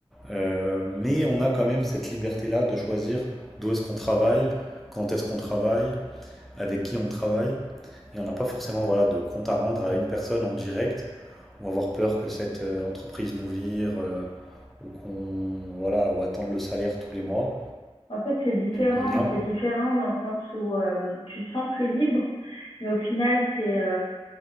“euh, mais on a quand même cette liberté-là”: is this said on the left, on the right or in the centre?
Centre